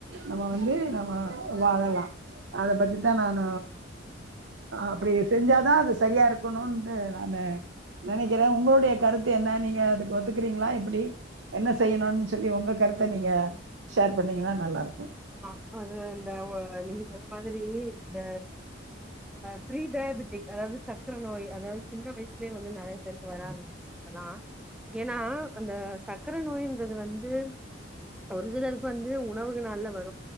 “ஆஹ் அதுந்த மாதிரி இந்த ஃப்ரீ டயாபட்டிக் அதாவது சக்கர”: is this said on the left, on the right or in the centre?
Centre